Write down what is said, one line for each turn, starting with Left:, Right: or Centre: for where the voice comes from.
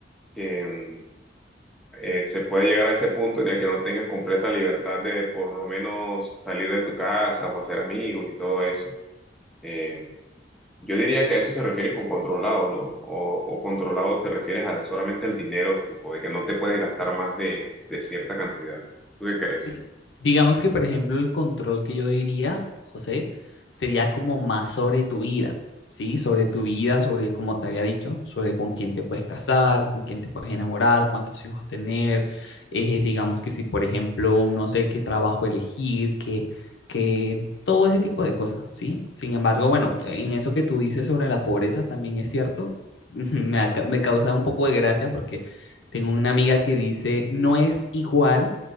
Centre: que, mm, eh, se puede llegar a ese punto en el que no tengas completa libertad de por lo menos salir de tu casa o hacer amigos y todo eso. Eh, yo diría que a eso se refieren con controlado, ¿no? O, o controlado te refieres a solamente al dinero, tipo, de que no te puedes gastar más de, de cierta cantidad. ¿Tú qué crees?
Left: Mm, Digamos que, por ejemplo, el control que yo diría, José, sería como más sobre tu vida, ¿sí? Sobre tu vida, sobre, como te había dicho, sobre con quién te puedes casar, con quién te puedes enamorar, cuántos hijos tener. eh, digamos que si, por ejemplo, no sé qué trabajo elegir, que, que todo ese tipo de cosas, ¿sí? Sin embargo, bueno, en eso que tú dices sobre la pobreza también es cierto. <laughs> Me, aca- me causa un poco de gracia porque tengo una amiga que dice, no es igual